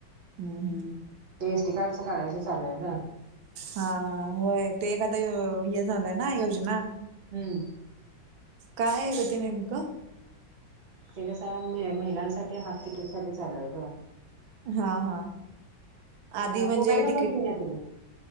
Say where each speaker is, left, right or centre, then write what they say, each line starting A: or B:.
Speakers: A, on the right (about 85°); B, on the right (about 35°).
A: हम्म हम्म.
B: ते एस टी कार्ड च काढायचं चालूय गं.
A: हा हा होय ते एक आता यो हे झालंय ना योजना.
B: हम्म.
A: काय आहे गं ते नेमक?
B: ते कसय मे महिलांसाठी हाफ तिकीट साठी चालूय गं.
A: हा हा. आधी म्हणजे
B: मोबाईल नंबर
A: तिकीट
B: घेऊन या तुम्ही.